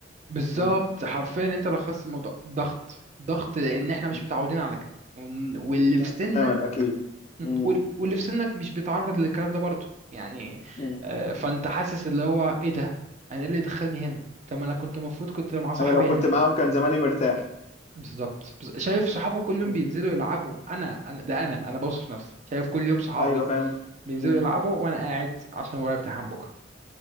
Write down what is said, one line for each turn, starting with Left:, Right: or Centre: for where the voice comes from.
Right: بالظبط
Left: مم.
Right: حرفيا انت لخصت الموضوع ضغط ضغط لان احنا مش
Left: مم.
Right: متعودين على كده ون- واللي
Left: لا
Right: في سنك
Left: تماما اكيد
Right: مم.
Left: مم.
Right: وال- واللي في سنك مش بيتعرض للكلام ده برضه يعني
Left: مم.
Right: آه، فانت حاسس اللي هو ايه ده انا ايه اللي دخلني هنا طب ما انا كنت المفروض كنت مع صاحبي
Left: انا لو كنت
Right: هناك
Left: معاهم كان زماني مرتاح
Right: بالظبط بز- شايف صحابه كل يوم
Left: مم.
Right: بينزلوا يلعبوا انا انا ده انا انا بوصف نفسي شايف كل يوم صحابي
Left: ايوه فاهم
Right: بينزلوا
Left: مم.
Right: يلعبوا وانا قاعد عشان ورايا امتحان بكره